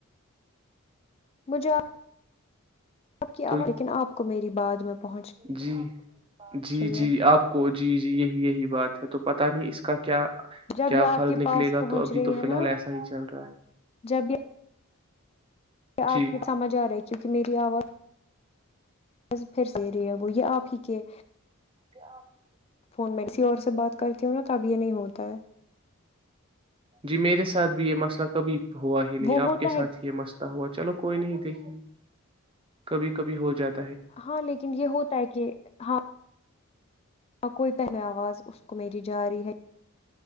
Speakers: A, on the left; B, on the right.
A: مجھے آپ کی آواز
B: تو
A: لیکن آپ کو میری بعد میں پہنچ
B: جی جی
A: رہی
B: جی
A: ہے
B: آپ کو جی جی یہی یہی بات ہے ہے تو پتاہ نہیں اس کا کیا
A: جب
B: کیا
A: یہ
B: کیا
A: آپ
B: حل
A: کے
B: نکلے
A: پاس
B: گا
A: پہنچ
B: تو ابھی
A: رہی
B: تو
A: ہے
B: فی الحال
A: نا
B: ایسا ہی چل رہا ہے
A: جب
B: جی
A: آپ کی سمجھ آ رہا ہے کیونکہ میری آواز بس پھر دے رہے ہیں وہ یہ آپ ہی کہ
B: کیاپ <inaudible>
A: فون میں اسسی اور سے بات کرتی ہوں نا تب یہ نہیں ہوتا ہے
B: جی میرے ساتھ بھی یہ مسئلہ کبھی ہوا ہی نہیں
A: وہ
B: آپ
A: ہوتا
B: کے ساتھ
A: ہے
B: ہی یہ مسئلہ ہوا چلو کوئی نہیں دیکھ چھ <inaudible> کبھی کبھی ہو جاتا
A: ہاں لیکن یہ ہوتا ہے کہ ہاں ہ کوئی پہم آواز اس کو میری جااریی ہے